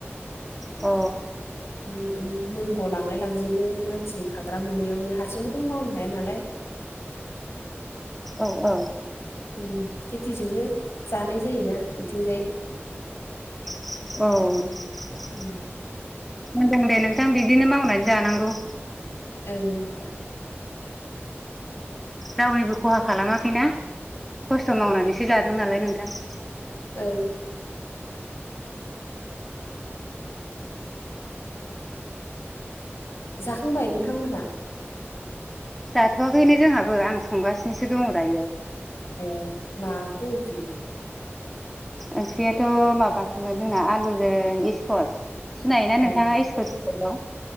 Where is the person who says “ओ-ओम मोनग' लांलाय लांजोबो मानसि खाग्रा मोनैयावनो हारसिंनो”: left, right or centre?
Left